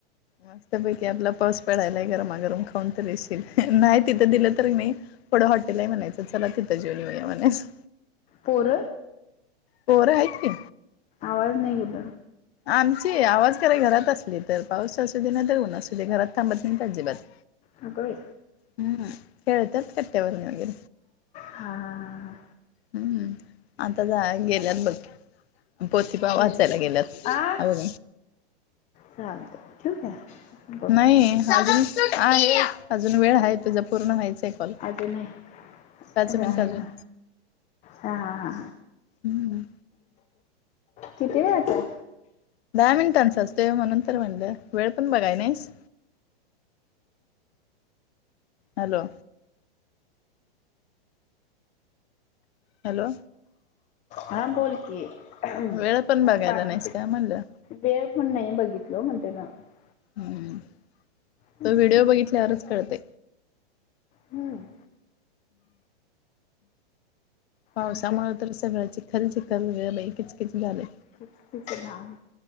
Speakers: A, on the left; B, on the left.
A: मस्तपैकी आपला पाऊस पडायलाय गरमागरम खाऊन तरी शील नाही तिथं दिलं तरी नाही ढं हॉटेल आहे म्हणायचं चला तिथं जेवन येऊया म्हणायचं
B: पर
A: पोरं आहेत की
B: आवाज नाही कुठ
A: आमची आवाज खराय घरात असली तर पाऊस असू दे ना तरऊन असू दे घरात थांबत नाही अजिबात
B: अगं बाई
A: हम्म खळतात कट्यावर वगैर
B: हा हा हा हा
A: हम्म आता जा गेल्यात बघ पोतीपा वाचायला
B: हम्म.
A: गेलात
B: आ
A: ह बघ
B: चालतंय ठेवू काय बर
A: नाही अजून अजून वेळ आहे तुझा पूर्ण व्हायचं आहे कॉल
B: अजून नाही हा
A: पाच
B: हा
A: मिनट
B: हा
A: अजून
B: हा हा
A: हम्म
B: किती व यतोय
A: दहा मिनिटांचं असते म नंतर म्हणलं वेळ पण बघाय नाहीस
B: ह
A: हॅलो हॅलो
B: हां बोल की. पाणी
A: वेळ पण बघायला नाहीस का म्हणलं
B: वेळ पण नाही बघितलं म्हणते ना हम्म.
A: हम्म
B: हम्म
A: तो व्हिडिओ बघितल्यावरच कळते
B: हम्म
A: पावसामुळे
B: आणि काय
A: तर सगळ्या चि खल चिखल वे किचकीिच झाले
B: त लान